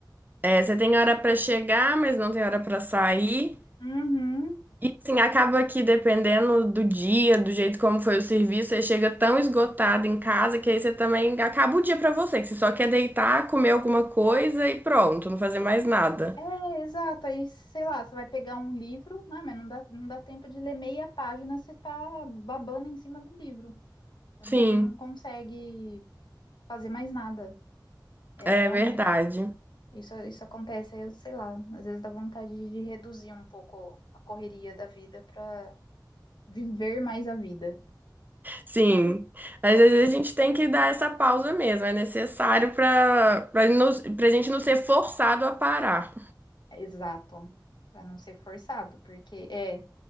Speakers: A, on the right; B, on the left.
A: É, você tem hora pra chegar, mas não tem hora pra sair.
B: Uhum.
A: Assim, acaba que dependendo do dia, do jeito como foi o serviço, você chega tão esgotado em casa que aí você também acaba o dia pra você, que você só quer deitar, comer alguma coisa e pronto, não fazer mais nada.
B: É, exato. Aí, sei lá, você vai pegar um livro, né? Mas não dá, não dá tempo de ler meia página, você tá babando em cima do livro. Você
A: Sim,
B: não, não consegue fazer mais nada. É,
A: é
B: realmente.
A: verdade.
B: Isso, isso acontece, aí eu sei lá, às vezes dá vontade de reduzir um pouco a correria da vida para viver mais a vida.
A: Sim, mas às vezes a gente tem que dar essa pausa mesmo, é necessário para para para a gente não ser forçado a parar.
B: Exato. Para não ser forçado, porque é